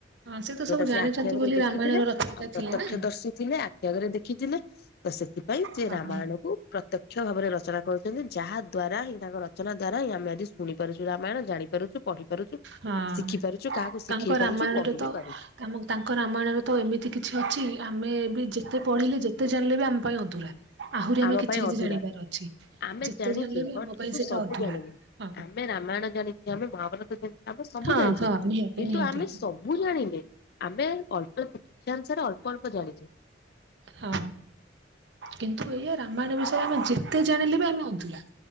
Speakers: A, on the right (about 65°); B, on the left (about 55°).
A: ହଁ ତ
B: ଯୋଉଟା
A: ସବୁ
B: ସେ
A: ଜାଣିଛନ୍ତି
B: ଆଖି ଆଗରେ
A: ବୋଲି
B: ଦେଖିଥିଲେ,
A: ରାମାୟଣର ରଚୟିତା
B: ଆଉ ପ୍ରତ୍ୟକ୍ଷ
A: ଥିଲେ ନା
B: ଦର୍ଶିଥିଲେ ଆଖି ଆଗରେ ଦେଖିଥିଲେ। ତ ସେଥିପାଇଁ ସେ
A: ହଁ
B: ରାମାୟଣକୁ ପ୍ରତ୍ୟ ଷ ଭାବରେ ରଚନା କରୁଛନ୍ତି। ଯାହା ଦ୍ୱାରା ହିଁ ତାଙ୍କ ରଚନା ଦ୍ଵାରା ହିଁ ଆମେ ଆଜି ଶୁଣିପାରୁଛୁ ରାମାୟଣ ଜାଣିପାରୁଛୁ ପଢି ପାରୁଛୁ,
A: ହଁ
B: ଶିଖି ପାରୁଛୁ କାହାକୁ ଶିଖେଇ
A: ତାଙ୍କ ରାମାୟଣରେ
B: ପାରୁଛୁ କହିିବି
A: ତ
B: ପାରୁଛୁ।
A: ଆମ ତାଙ୍କ ରାମାୟଣରେ ତ ଏମିତି କିଛି ଅଛି ଆମେ ବି ଯେତେ ପଢ଼ିଲେ ଯେତେ ଜାଣିଲେ ବି ଆମ ପାଇଁ ଅଧୁରା। ଆହୁରି
B: ଆମ
A: ଆମେ କିଛି
B: ପାଇଁ
A: କିଛି
B: ଅଧୁରା
A: ଜାଣିବାର ଅଛି
B: ଆମେ
A: ଯେତେ
B: ଜାଣିଛେ
A: ଜାଣିଲେ ବି
B: ବଟ୍
A: ଆମ
B: କିନ୍ତୁ
A: ପାଇଁ ସେଇଟା
B: ସବୁ
A: ଅଧୁରା
B: ଜାଣିନୁ।
A: ହଁ।
B: ଆମେ ରାମାୟଣ ଜାଣିଛେ ଆମେ ମହାଭାରତ ଜାଣିଛେ ଆମେ ସବୁ
A: ହଁ
B: ଜାଣିଛେ।
A: ହଁ ନିହାତି
B: କିନ୍ତୁ
A: ନିହାତି।
B: ଆମେ ସବୁ ଜାଣିଲେ ଆମେ ଅଳ୍ପ କିଛି ଅଂସରେ ଅଳ୍ପ ଅଳ୍ପ ଜାଣିଛେ।
A: ହଁ କିନ୍ତୁ ଏଇଆ ରାମାୟଣ ବିଷୟରେ ଆମେ ଯେତେ ଜାଣିଲେ ବି ଆମେ ଅଧୁରା।